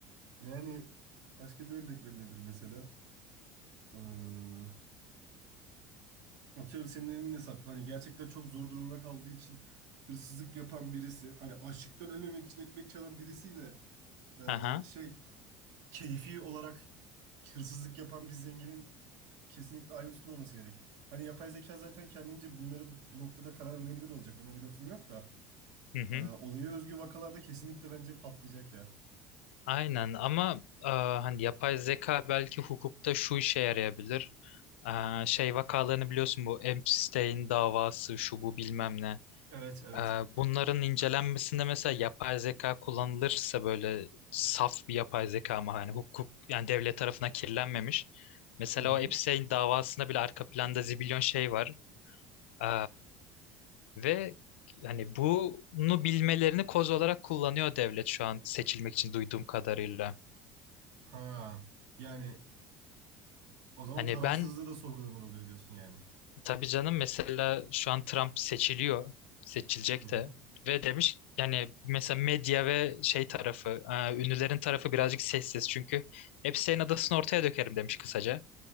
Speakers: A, on the right (about 70°); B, on the left (about 85°).
A: Yani başka bir örnek verilebilir mesela. Ee, Atıyorum senin elinin hesap. Hani gerçekten çok zor durumda kaldığı için hırsızlık yapan birisi, hani açlıktan ölmemek için ekmek çalan birisiyle
B: Aha,
A: e, şey keyfi olarak hırsızlık yapan bir zenginin kesinlikle aynı tutulmaması gerek. Hani yapay zeka zaten kendince bunları bu noktada karar verebilir olacak. Ona bir lafım yok da
B: hı hı.
A: e, olaya özgü vakalarda kesinlikle bence patlayacak ya.
B: Aynen ama aa, hani yapay zeka belki hukukta şu işe yarayabilir. Aa, şey vakalarını biliyorsun bu Epstein davası şu bu bilmem ne.
A: Evet, evet.
B: Ee, Bunların incelenmesinde mesela yapay zeka kullanılırsa böyle saf bir yapay zeka ama hani hukuk yani devlet tarafına kirlenmemiş. Mesela
A: Hı hı.
B: o Epstein davasında bile arka planda zibilyon şey var. Ee, ve hani bunu bilmelerini koz olarak kullanıyor devlet şu an seçilmek için duyduğum kadarıyla.
A: Ha yani o zaman
B: Hani
A: tarafsızlığı
B: ben
A: da sorgulanır oluyor diyorsun yani.
B: Tabii canım mesela şu an Trump seçiliyor. Seçilecek
A: Hı
B: de. Ve demiş yani mesela medya ve şey tarafı, e, ünlülerin tarafı birazcık sessiz. Çünkü hepsi senin adasını ortaya dökerim demiş kısaca.